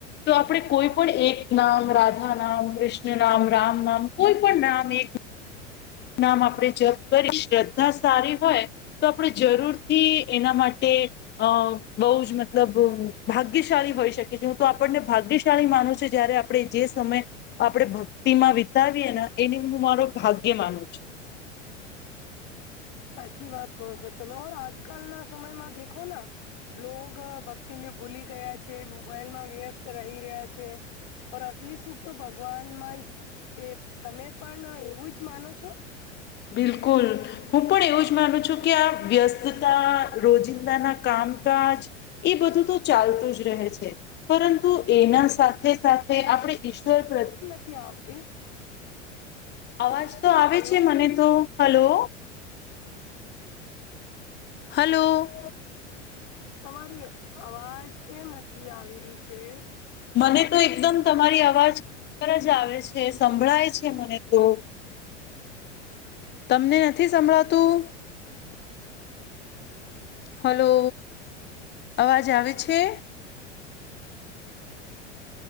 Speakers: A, on the left; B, on the left.
A: તો આપણે કોઈ પણ એક નામ રાધા નામ, કૃષ્ણ નામ, રામ નામ, કોઈ પણ નામ એક નામ આપણે જપ કરી, શ્રદ્ધા સારી હોય તો આપણે જરૂરથી એના માટે અ બહુ જ મતલબ ભાગ્યશાળી હોઈ શકે છે, હું તો આપણને ભાગ્યશાળી માનું છું જ્યારે આપડે જે સમય, આપડે ભક્તિમાં વિતાવીએ ને એની હું મારો ભાગ્ય માનું છું
B: સાચી વાત કહો છો, તમે ઓર આજકાલના સમયમાં દેખોના લોગ ભક્તિને ભૂલી ગયા છે, મોબાઈલમાં વ્યસ્ત રહી રહ્યા છે ઓર અસલી સુખ તો ભગવાન માંજ છે, તમે પણ એવું જ માનો છો?
A: બિલકુલ હું પણ એવું જ માનું છું કે આ વ્યસ્તતા રોજિંદાના કામકાજ એ બધું તો ચાલતું જ રહે છે, પરંતુ એના સાથે સાથ એ આપણે ઈશ્વર પ્રત્ય
B: થી આવતી?
A: અવાજ તો
B: શું
A: આવે
B: થયું
A: છે મને તો, હલો! હલો!
B: તમારી અવાજ કેમ નથી આવી રહી છે?
A: મને તો એકદમ તમારી અવાજ રજ આવે છે, સંભળાય છે છે મને તો, તમને નથી સંભળાતું?
B: <inaudible>
A: હલો અવાજ આવે છે.